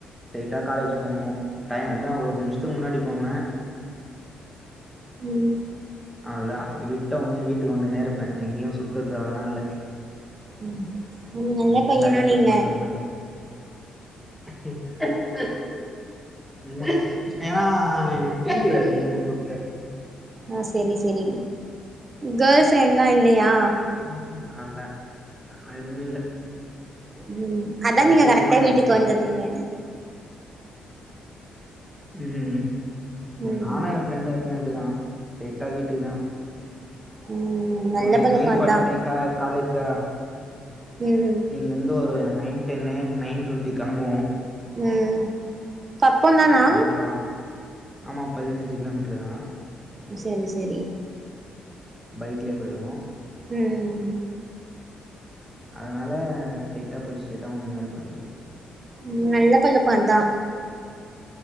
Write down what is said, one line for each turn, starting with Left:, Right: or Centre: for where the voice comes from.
Centre: லேட்டா காலேஜ் போவோ டைம் அதா ஒரு நிமிஷத்துக்கு முன்னாடி போவே
Right: ம்
Centre: அவ்ளோதா விட்ட உனே வீட்டுக்கு வந்துன்னே இருப்பே எங்கேயு சுத்துறதுலா இல்ல
Right: ம் நல்ல
Centre: எங்கேயு
Right: பையனா
Centre: டைம் ஸ்பெண்ட்
Right: நீங்க
Centre: பண்றதுலா இல்ல <inaudible> ம் ஏனா எனக் பிடிக்கல இதுனமே <unintelligible> சொத்து
Right: ஆ செரி செரி கேள் ப்ரெண்ட்லா இல்லயா
Centre: ம் அல்ல அதெல்லா எதுமே இல்ல
Right: ம் அதா
Centre: பேச
Right: நீங்க
Centre: கூட
Right: கரெக்டா
Centre: மாட்டே யார்க்கிட்டேயு
Right: வீட்டுக்கு வந்துடுறீங்க
Centre: ம்
Right: ம்
Centre: நானு எ ஃப்ரெண்டு எப்பமே அப்டிதா ஸ்ட்ரெயிட்டா வீட்டுக்கு தா
Right: ம் நல்ல
Centre: ஒரு
Right: பழக்கோதா
Centre: நைன் ஃபாட்டி ஃபைவ்க்கா காலேஜா
Right: ம்
Centre: இங்க இருந்து ஒரு நைன் டென்னு நைன் டுவெண்டி கெளம்புவோ
Right: ம் பக்கந்தானா
Centre: அப்டியே பா ஆமா பதினஞ்சு கிலோமீட்டரு தா
Right: செரி செரி
Centre: பைக்லயே போயிடுவோ
Right: ம் ம்
Centre: அதனால ஸ்ட்ரைட்டா போயிட்டு ஸ்ட்ரைட்டா வந்துட்டே இருப்ப வீட்டுக்கு
Right: ம் நல்ல பழக்கோ அதா